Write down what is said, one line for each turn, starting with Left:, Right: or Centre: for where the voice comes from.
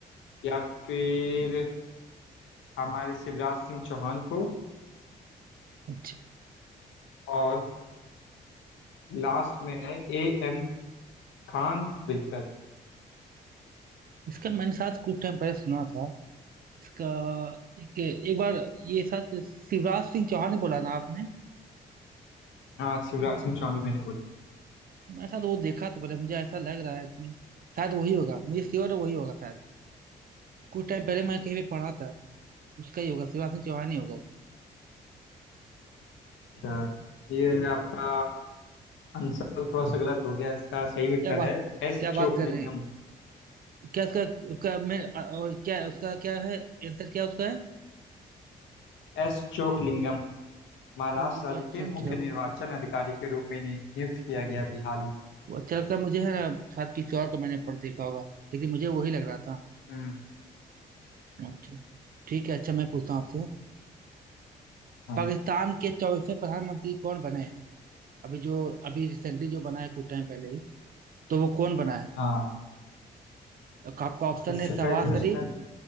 Left: या फिर हमारे शिवराज सिंह चौहान को
Right: अच्छा
Left: और लास्ट में है ए एम खान विलकर
Right: इसका मैंने साथ कुछ टाइम पहले सुना था इसका एक एक बार ये शायद शिवराज सिंह चौहान ही बोला ना आपने
Left: हाँ शिवराज सिंह चौहान भी मैंने बोला
Right: मैंने शायद वो देखा था पहले मुझे ऐसा लग रहा है कि शायद वही होगा मुझे श्योर है वही होगा शायद कुछ टाइम पहले मैं कहीं पे पढ़ा था उसका ही होगा शिवराज सिंह चौहान ही होगा उसका
Left: अच्छा ये आपका आंसर थोड़ा सा गलत हो गया इसका सही उत्तर
Right: क्या बात
Left: है एस
Right: क्या बात
Left: चोकलिंगम
Right: कर रहे हैं क्या उसका उसका मैं और क्या उसका क्या है आंसर क्या उसका है
Left: एस चोकलिंगम महाराष्ट्र
Right: ओ
Left: राज्य
Right: अच्छा
Left: के
Right: अच्छा
Left: मुख्य निर्वाचन अधिकारी के रूप में इन्हें नियुक्त किया गया अभी हाल ही में।
Right: वो अच्छा लगता है मुझे है ना शायद किसी और को मैंने पढ़ देखा होगा लेकिन मुझे वही लग रहा था
Left: हम्म,
Right: अच्छा ठीक है अच्छा मैं पूछता हूँ आपसे
Left: हाँ
Right: पाकिस्तान के चौथे प्रधानमंत्री कौन बने हैं अभी जो अभी रिसेंटली जो बना है कुछ टाइम पहले ही तो वो कौन बना है
Left: हाँ
Right: आपका ऑप्शन
Left: इससे
Right: है शहबाज
Left: पहले तो
Right: शरीफ
Left: शायद